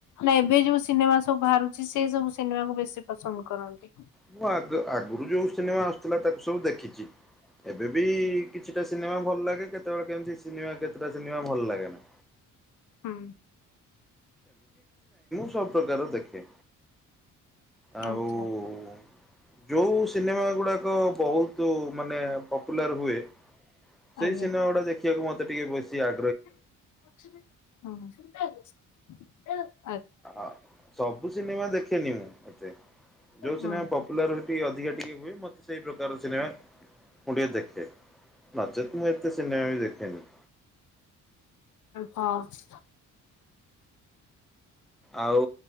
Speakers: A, on the left; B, in the centre.
A: ନା ଏବେ ଯୋଉ ସିନେମା ସବୁ ବାହାରୁ ରୁଛି ସେ ସବୁ ସିନେମା କୁ ବେଶୀ ପସନ୍ଦ କରନ୍ତି?
B: ମୁଁ ଆଗ ଆଗରୁ ଯୋଉ ସିନେମା ଆସୁଥିଲା ତାକୁ ସବୁ ଦେଖିଛି ଏବେ ବି କିଛିଟା ସିନେମା ଭଲ ଲାଗେ କେତେବେଳେ କେମିତି ସିନେମା କେତେଟା ସିନେମା ଭଲ ଲାଗେ ନା।
A: ହୁଁ
B: ସବୁ ପ୍ରକାର ର ଦେଖେ। ଆଉ
A: ଆଚ୍ଛା
B: । ଯୋଉ ସିନେମା ଗୁଡାକ ବହୁତ ମାନେ ପପୁଲାର ହୁଏ ସେଇ
A: ଆଜ୍ଞା
B: ସିନେମା ଗୁଡା ଦେଖିବାକୁ ମତେ ଟିକେ ବେଶି ଆ
A: ହୁଁ । <unintelligible>
B: ଆ ସବୁ ସିନେମା ଦେଖେନି ମୁଁ ଏତେ ଯୋଉ
A: ହୁଁ
B: ସିନେମା ପପୁଲାର ହୋଇ ଅଧିକା ଟିକେ ହୁଏ ମତେ ସେଇ ପ୍ରକାର ସିନେମା ମୁଁ ଟିକେ ଦେଖେ ନଚେତ ମୁଁ ଏତେ ସିନେମା ବି ଦେଖେନି।
A: ହଁ
B: ଆଉ